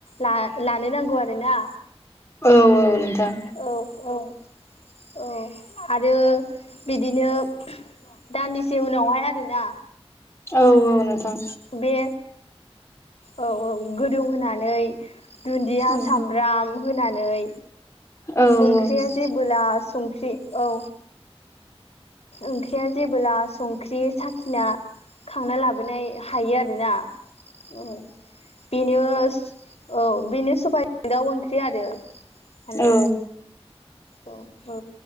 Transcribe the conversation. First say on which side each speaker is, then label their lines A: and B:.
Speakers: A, on the left; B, on the left.
A: ला-लानो नांगौ आरो ना।
B: औ औ नोंथां
A: औ औ। औ आरो बिदिनो दान्दिसे उनावहाय आरोना
B: औ औ नोंथां।
A: बे औ औ गोदौ होनानै दुन्दिया
B: औ
A: सामब्राम होना यै
B: औ
A: ओंख्रिया
B: औ
A: जेबोला संख्रि औ ओंख्रिया जेबोब्ला संख्रि साखिना खांना लाबोनाय हायो आरोना औ बेनो औ बेनो सबाय दाउ ओंख्रि आरो। माने
B: औ
A: औ औ